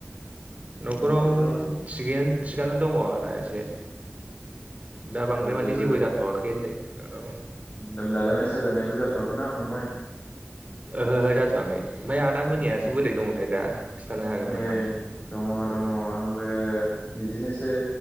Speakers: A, on the right; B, on the left.
A: न'खराविग
B: न'खरफोराव
A: थिखानो दङ आदा एसे दा बांद्राय मानि
B: जेबो
A: जाथ'वाखै होनदो औ ओहो
B: लोमजाजानाय साजानायबो जाथ'वाखैना फंबाय
A: ओहो जाथ'खाय ओमफ्राय आदा मोनयाासो
B: उम
A: बोरै दंथाय दा? खिन्थानो हागोन
B: नै
A: नामा
B: दङ दङ आंबो। बिदिनोसै